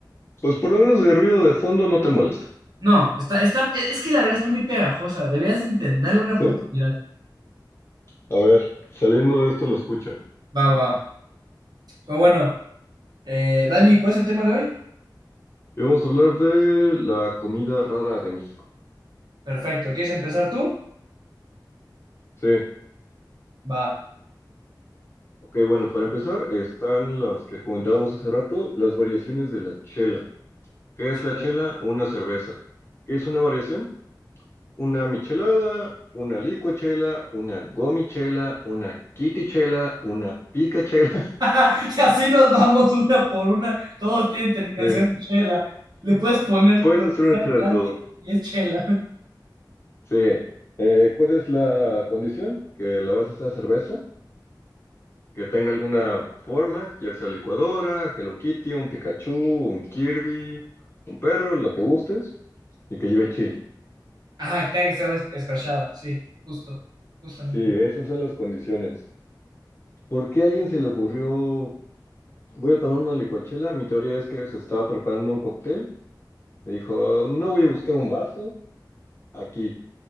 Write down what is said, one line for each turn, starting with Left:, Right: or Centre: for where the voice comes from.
Left: pues por lo menos de ruido de fondo no te molesta.
Right: No, está, está, e- es que la verdad está muy pegajosa. Deberías de intentarle una oportunidad.
Left: ¿Sí? A ver, saliendo de esto lo escucho.
Right: Va, va, va. Pero bueno, eh, Dani, ¿cuál es el tema de hoy?
Left: Y vamos a hablar de la comida rara de México.
Right: Perfecto, ¿quieres empezar tú?
Left: Sí.
Right: Va.
Left: Ok, bueno, para empezar están las que comentábamos hace rato, las variaciones de la chela. ¿Qué es
Right: Sí.
Left: la chela? Una cerveza. ¿Qué es una variación? Una michelada, una licuachela, una gomichela, una kitichela, una picachela. <laughs>
Right: <laughs> Y así nos vamos una por una. Todos tienen terminación
Left: Sí.
Right: en chela. Le puedes poner
Left: Puedes
Right: lo
Left: hacer
Right: que sea
Left: una chela
Right: adelante
Left: de todo.
Right: y es chela. <laughs>
Left: Sí. Eh, ¿cuál es la condición? Que la base sea cerveza que tenga alguna forma, ya sea licuadora, Hello Kitty, un Pikachu, un Kirby, un perro, lo que gustes, y que lleve chile.
Right: Ah, que tenga que ser es- escrachada. Sí, justo, justamente.
Left: Sí, esas son las condiciones. ¿Por qué a alguien se le ocurrió, voy a tomar una licuachela? Mi teoría es que se estaba preparando un cóctel y dijo, no voy a buscar un vaso aquí,